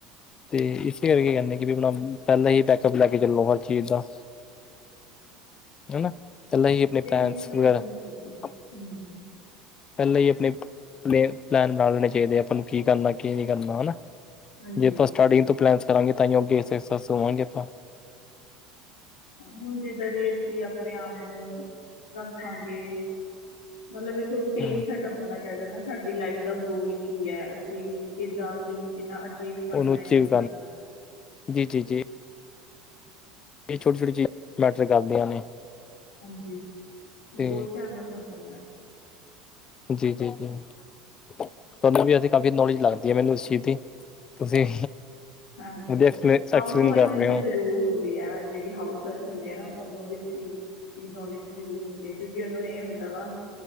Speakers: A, on the left; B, on the left.
A: ਤੇ ਇਸੇ ਕਰਕੇ ਕੀ ਕਹਿੰਦੇ ਵੀ ਆਪਣਾ, ਪਹਿਲਾਂ ਹੀ ਬੈਕਅਪ ਲੈ ਕੇ ਚੱਲੋ ਹਰ ਚੀਜ਼ ਦਾ। ਹੈਨਾ, ਪਹਿਲਾ ਹੀ ਆਪਣੇ
B: ਸੇਵਿੰਗ
A: ਪਲੈਨਸ
B: ਤਾਂ
A: ਵਗੈਰਾ,
B: ਕਰਨੀ ਚਾਹੀਦੀ ਹੈ।
A: ਹਾ।
B: ਹਮ
A: ਪਹਿਲਾਂ ਹੀ ਆਪਣੇ ਆਪਣੇ ਪਲੈਨ ਬਣਾ ਲੈਣੇ ਚਾਹੀਦੇ ਆ, ਆਪਾਂ ਨੂੰ ਕੀ ਕਰਨਾ ਕੀ ਨਹੀਂ ਕਰਨਾ ਹੈਨਾ।
B: ਹਾਂਜੀ
A: ਜੇ ਆਪਾਂ ਸਟਾਰਟਿੰਗ ਤੋਂ ਪਲੈਨ ਕਰਾਂਗੇ, ਤਾਂ ਅੱਗੇ ਸਕਸੈਸ ਹੋਵੇਗਾ ਆਪਾਂ।
B: ਹੁਣ ਜਿੱਦਾਂ ਦੀ ਅਸੀਂ ਆਪਣੇ ਆਪ ਨੂੰ ਰੱਖਾਂਗੇ। ਮਤਲਬ ਇੱਕ ਰੂਟੀਨ
A: ਹੂੰ
B: ਸੈਟ ਹੋਣਾ ਚਾਹੀਦਾ ਨਾ, ਸਾਡੀ ਲਾਈਫ ਦਾ ਗੋਲ ਕੀ ਹੈ ਅਸੀਂ ਕਿੱਦਾਂ ਕੀ ਕਿਨਾ। ਚੀਜ਼ ਕਰਨਾ
A: ਉਹਨੂੰ ਅਚੀਵ
B: ਹੈ, ਕੀ ਕਰਨਾ ਹੈ।
A: ਜੀ ਜੀ ਜੀ। ਇਹ ਛੋਟੀ ਛੋਟੀ ਚੀਜ਼, ਮੈਟਰ ਕਰਦੀਆਂ ਨੇ।
B: ਹਾਂਜੀ,
A: ਤੇ
B: ਬਹੁਤ ਧਿਆਨ ਰੱਖਣਾ ਪੈਦਾ ਹੈ।
A: ਜੀ ਜੀ ਜੀ। ਤੁਹਾਨੂੰ ਵੀ ਅਸੀਂ ਕਾਫੀ ਨੌਲੇਜ ਲੱਗਦੀ ਹੈ, ਮੈਨੂੰ ਉਸ ਚੀਜ਼ ਦੀ ਤੁਸੀਂ।
B: ਹਾਂਜੀ,
A: ਵਧੀਆ ਐਕਸਪਲੇ ਐਕਸਪਲੇਨ
B: ਹਾਊਸ ਵਾਈਫ
A: ਕਰ
B: ਨੂੰ
A: ਰਹੇ
B: ਤਾਂ
A: ਹੋ।
B: ਜ਼ਰੂਰ ਹੁੰਦੀ ਹੈ ਜਿਹੜੀ ਹਾਊਸ ਗਰ੍ਲ੍ਸ ਹੁੰਦੀਆ ਨਾ, ਉਹਨੂੰ ਇਸ ਚੀ ਦੀ ਨੋਲੇਜ ਜ਼ਰੂਰ ਹੁੰਦੀ ਐ, ਕਿਉਂਕਿ ਨੂੰ ਇਹ ਹੁੰਦਾ ਵਾ